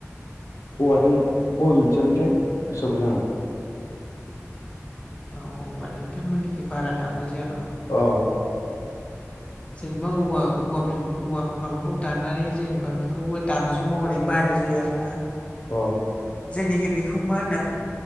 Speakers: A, on the left; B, on the left.
A: औवाजों बबे मोनसेयामोनथाय गोसोआव गैला आं।
B: औ होमबा नोंथांमोननिखै बारा दामनाय जाया नामा?
A: अ। <inaudible>
B: जेनेबा औवा औवा बि औवा माबाखौ दाननानै जेनेबा बेखौबो दामजु महरै बाहायनाय जायो आरो ना।
A: अह
B: जोंनिखै बेखौ मा होनना